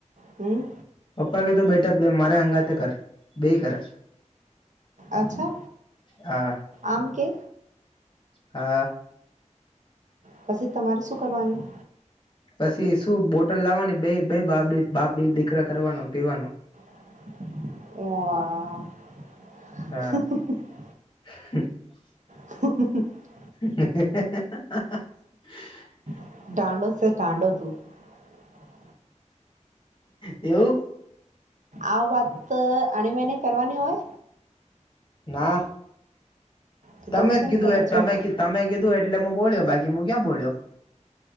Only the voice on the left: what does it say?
પપ્પા કીધું બેટા બે મારે હંગાતે કર બે કરે
હા
હા
પછી શું બોટલ લાવવાની બે બે બાપ બા દીકરા કરવાનો પીવાનો
હા <unintelligible>
હા હા હા
એવું
ના
તમે
જ કીધું
એ
તમે તમે કીધું એટલે બોલ્યો બાકી મુ ક્યાં બોલ્યો